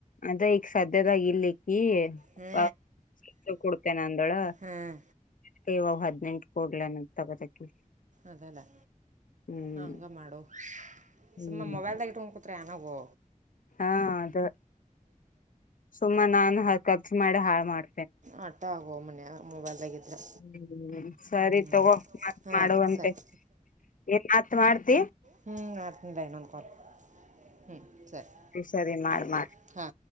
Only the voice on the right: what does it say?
ಹ್ಞೂ
ಹಾಂ
ಅದೇಲ್ಲೇ
ಹಾ ಹಂಗ ಮಾಡು
ಸುಮ್ಮ ಮೊಬೈಲ್ದಾಗ ಇಟ್ಕೊಂಡ್ಕೊತ್ ಆನವು
ಆಟ ಆಗೋ ಮನ್ಯಾಗ ಮೊಬೈಲ್ದಾಗಿದ್ರೆ
ಹ್ಞೂ
ಹಾಂ
ಸರಿ
ಹ್ಮ ಮಾಡಡ್ತಿಲ್ಲ ಇನೊಂದು ಕೊಲ್ ಹ್ಮ್ ಸರಿ
ಹ್ಮ್
ಹಾ